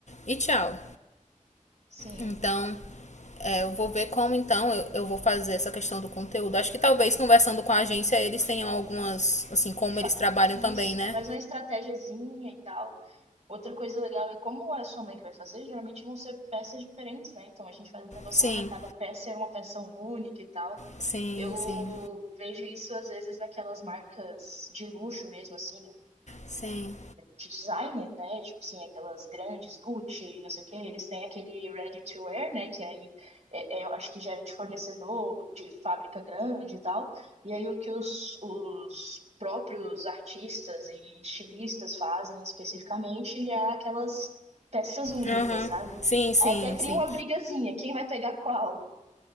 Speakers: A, on the left; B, on the right.
A: e tchau.
B: sim.
A: Então, é, eu vou ver como então eu, eu vou fazer essa questão do conteúdo. Acho que talvez conversando com a agência eles tenham algumas, assim, como
B: Fa-
A: eles trabalham
B: isso,
A: também, né?
B: faz uma estratégiazinha e tal. Outra coisa legal é como é a sua mãe que vai fazer, geralmente vão ser peças diferentes, né? Então a gente faz o negócio,
A: Sim,
B: ah, cada peça é uma peça única e tal.
A: sim,
B: Eu
A: sim,
B: vejo isso às vezes naquelas marcas de luxo mesmo, assim,
A: sim.
B: de designer, né? Tipo assim, aquelas grandes Gucci, não sei o que, eles têm aquele ready to wear, né? Que aí é, é, eu acho que já é de fornecedor, de fábrica grande e tal. E aí o que os, os próprios artistas e estilistas fazem especificamente é aquelas peças únicas,
A: Aham.
B: sabe?
A: Sim, sim,
B: Aí até cria
A: sim.
B: uma brigazinha, quem vai pegar qual?